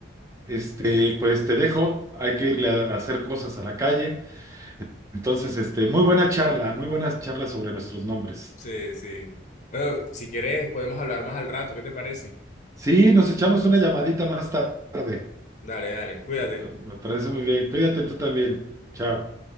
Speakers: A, on the right; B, on the left.
A: este,
B: <laughs>
A: pues te dejo, hay que irle a a hacer cosas a la calle. Entonces, este, muy buena charla, muy buenas charlas sobre nuestros nombres.
B: Sí, sí. Bueno, si quieres podemos hablar más al rato, ¿qué te parece?
A: Sí, nos echamos una llamadita más tarde.
B: Dale, dale, cuídate.
A: Me me parece muy bien. Cuídate tú también. Chao.